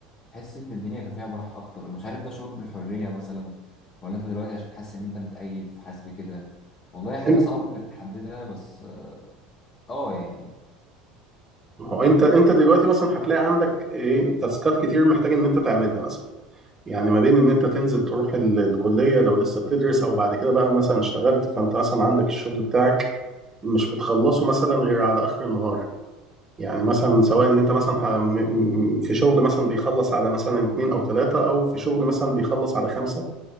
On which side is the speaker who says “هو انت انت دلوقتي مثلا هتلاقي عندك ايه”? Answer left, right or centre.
Right